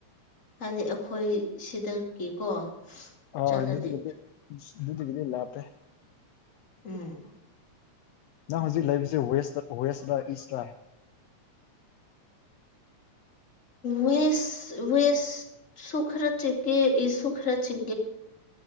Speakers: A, on the left; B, on the left.
A: ꯍꯥꯏꯗꯤ ꯑꯩꯈꯣꯏ ꯁꯤꯗꯒꯤꯀꯣ
B: ꯍ
A: ꯆꯠꯂꯗꯤ
B: ꯑꯗꯨꯗꯤꯒꯤꯗꯤ ꯑꯗꯨꯗꯤꯒꯤꯗꯤ ꯂ ꯍꯥꯄꯦ
A: ꯎꯝ
B: ꯅꯪ ꯍꯧꯖꯤꯛ ꯂꯩꯁꯦ ꯋꯦꯁꯇ ꯋꯦꯁꯔ ꯏꯁꯇ
A: ꯋꯦꯁ ꯋꯦꯁ ꯁꯨꯈ꯭ꯔ ꯆꯦ ꯏꯁꯨꯨꯈ꯭ꯔ ꯆꯦ